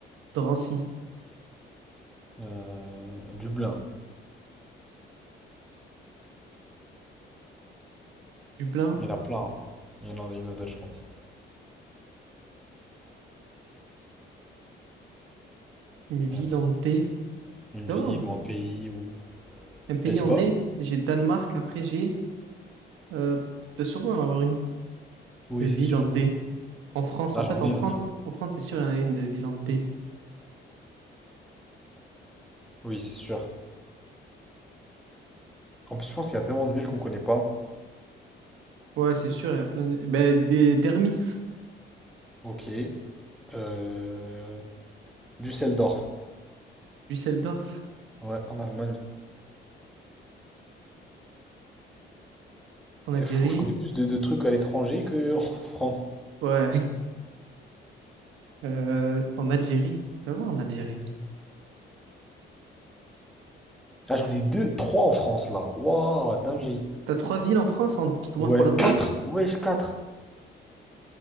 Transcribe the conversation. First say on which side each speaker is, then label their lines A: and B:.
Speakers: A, on the right; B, in the centre.
A: Drancy,
B: euh, Dublin,
A: Dublin,
B: il y en a plein. hein. Il y en a, il y en a d'autres, je pense.
A: une ville
B: Euh,
A: en D.
B: une
A: D'abord,
B: ville ou un pays ou...
A: un pays
B: T'as dit
A: en
B: quoi?
A: D. J'ai Danemark, après j'ai... Euh, de sûrement en avoir une.
B: Oui,
A: De ville
B: c'est sûr.
A: en D. En France,
B: Ah,
A: en
B: j'en
A: fait, en
B: ai
A: France,
B: là. j'en-
A: en France, c'est sûr, il y en a une de ville en D.
B: Oui, c'est sûr. En plus, je pense qu'il y a tellement de villes qu'on connaît pas.
A: Ouais, c'est sûr, il y a plein de... Ben, des... Dermi,
B: Ok. Euh... Düsseldorf.
A: Düsseldorf,
B: Ouais, en Allemagne.
A: en
B: C'est
A: Algérie.
B: fou, je connais plus de, de trucs à l'étranger que <laughs> en France.
A: Ouais. Euh, en Algérie, va voir en Algérie.
B: Ah, j'en ai deux, trois en France là. Waouh, dinguerie.
A: T'as trois villes en France en- qui commencent
B: Ouais,
A: par D,
B: quatre. Wesh, quatre.